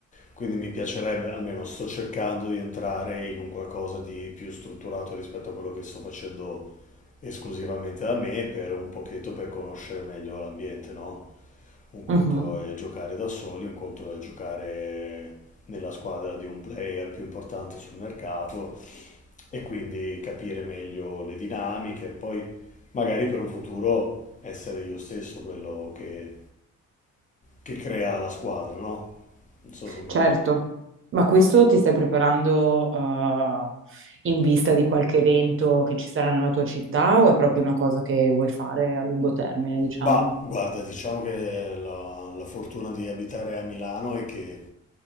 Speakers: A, on the left; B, on the right.
A: Quindi mi piacerebbe, almeno sto cercando di entrare in un qualcosa di più strutturato rispetto a quello che sto facendo esclusivamente da me, per un pochetto per conoscere meglio l'ambiente, no? Un conto
B: Mhm.
A: è giocare da soli, un conto è giocare nella squadra di un player più importante sul mercato e quindi capire meglio le dinamiche, poi magari per un futuro essere io stesso quello che, che crea la squadra, no? Non so se mi
B: Certo.
A: capisci.
B: Ma questo ti stai preparando, eh, in vista di qualche evento che ci sarà nella tua città o è proprio una cosa che vuoi fare a lungo termine, diciamo?
A: Bah, guarda, diciamo che la, la fortuna di abitare a Milano è che